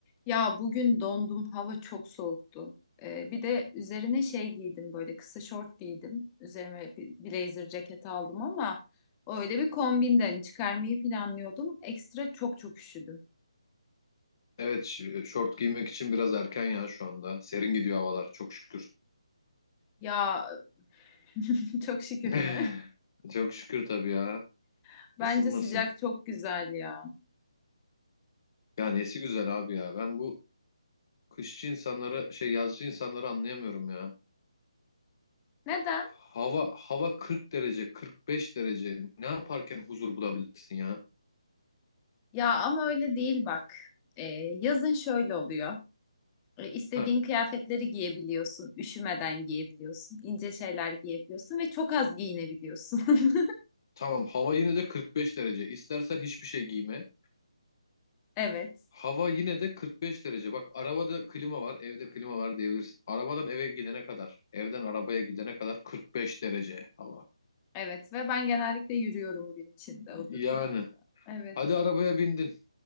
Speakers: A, on the left; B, on the left.
A: Ya bugün dondum, hava çok soğuktu. Ee, bir de üzerine şey giydim böyle kısa şort giydim. Üzerime bir blazer ceket aldım ama öyle bir kombinden çıkarmayı planlıyordum. Ekstra çok çok üşüdüm.
B: Evet, ş- e, şort giymek için biraz erken ya şu anda. Serin gidiyor havalar çok şükür.
A: Ya <laughs> çok şükür
B: <laughs>
A: mü?
B: Çok şükür tabii ya.
A: <laughs> Bence
B: Isınmasın.
A: sıcak çok güzel ya.
B: Ya nesi güzel abi ya. Ben bu kışçı insanları şey yazcı insanları anlayamıyorum ya.
A: Neden?
B: Hava hava 40 derece, 45 derece. Ne yaparken huzur bulabilirsin ya?
A: Ya ama öyle değil bak. Ee, yazın şöyle oluyor. Ee, istediğin
B: Heh,
A: kıyafetleri giyebiliyorsun, üşümeden giyebiliyorsun, ince şeyler giyebiliyorsun ve çok az giyinebiliyorsun. <laughs>
B: tamam hava yine de 45 derece. İstersen hiçbir şey giyme.
A: Evet.
B: Hava yine de 45 derece. Bak arabada klima var, evde klima var diyebilirsin. Arabadan eve gidene kadar, evden arabaya gidene kadar 45 derece hava.
A: Evet ve ben genellikle yürüyorum gün içinde o
B: Yani
A: durumlarda. Evet.
B: hadi arabaya bindin.